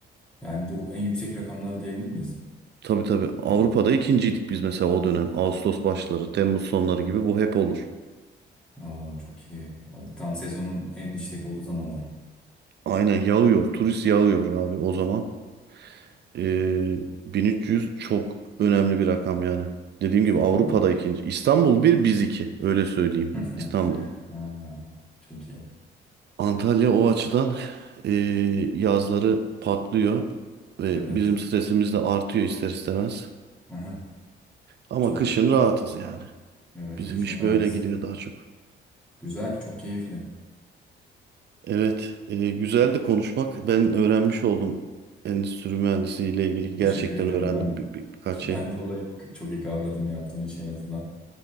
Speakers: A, in the centre; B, on the right.
A: yani bu en yüksek rakamlar diyebilir miyiz?
B: Tabii tabii Avrupa'da
A: Hı.
B: ikinciydik biz mesela o dönem. Ağustos başları, Temmuz sonları gibi bu hep olur.
A: Aa, çok iyi. Tam sezonun en işlek olduğu zamanlar.
B: Aynen yağıyor. Turist yağıyor abi o zaman. Ee, 1300 çok önemli bir rakam yani. Dediğim
A: Çok
B: gibi Avrupa'da
A: iyi.
B: ikinci. İstanbul bir, biz iki. Öyle söyleyeyim.
A: <laughs>
B: İstanbul.
A: Ha, çok iyi.
B: Antalya o açıdan ee, yazları patlıyor ve
A: Evet.
B: bizim stresimiz de artıyor ister istemez.
A: Aha,
B: Ama
A: çok
B: kışın rahatız yani.
A: evet
B: Bizim
A: kışın
B: iş
A: rahat.
B: böyle gidiyor daha çok.
A: Güzel, çok keyifli.
B: Evet, ee, güzeldi konuşmak. Ben öğrenmiş oldum. Endüstri mühendisliği ile ilgili gerçekten
A: Teşekkür ederim
B: öğrendim
A: ben.
B: bir, bir- birkaç
A: <laughs> Ben
B: şey.
A: de olayı k- çok iyi kavradım yaptığın işi en azından.